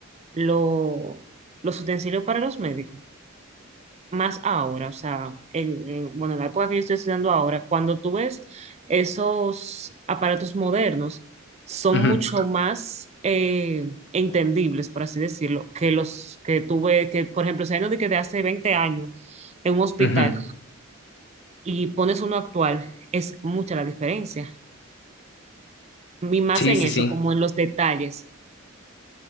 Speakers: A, on the right; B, on the left.
A: lo- los utensilios para los médicos más ahora, o sea, el, el- bueno, en la época que yo estoy estudiando ahora, cuando tú ves esos aparatos modernos, son
B: Ujú,
A: mucho más eh, entendibles, por así decirlo, que los que tuve, que por ejemplo, si hay uno de que de hace 20 años en un hospital
B: ujú.
A: y pones uno actual, es mucha la diferencia. Y más
B: Sí,
A: en
B: sí,
A: eso,
B: sí.
A: como en los detalles.